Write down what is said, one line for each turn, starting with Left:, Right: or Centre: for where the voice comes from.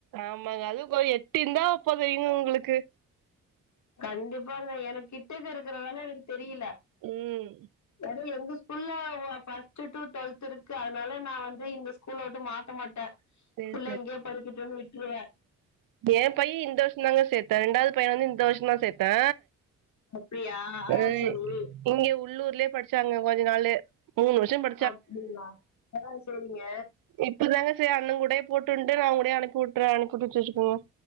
Right: ஆமாங்க அது இப்போ எட்டு இர்ந்தா போதுமே இவுங்களுக்கு
Left: கண்டிப்பாங்க எனக் கிட்டக்க இருக்கறனால எனக்கு தெரியில
Right: ம்
Left: ஏதோ எங்க ஸ்கூல்ல ஓ ஃபஸ்ட்டு டு ட்வெல்த் இருக்கு அதுனால நா வந்து இந்த ஸ்கூல வுட்டு மாத்த மாட்டே
Right: சேரி
Left: ஃபுல்லா இங்கயே படிக்கட்டுன் விட்ருவே
Right: எ பைய இந்த வர்ஷந்தாங்க சேத்தே ரெண்டாவ்து பையன வந்து இந்த வர்ஷந்தா சேத்தே
Left: அப்டியா ஓ
Right: அ
Left: செரி
Right: இங்க உள்ளூர்லே படிச்சாங்க கொஞ்ச நாளு மூணு வர்ஷோ ப
Left: அப்டிங்ளா ஓ செரிங்க
Right: இப்பதாங்க சேர் அண்ணங்கூடயே போட்டுன்ட்டு நா அவங்கூடயே அனுப்பி உட்றே அனுப்பி உட்டு வெச்சிட்ருக்கங்க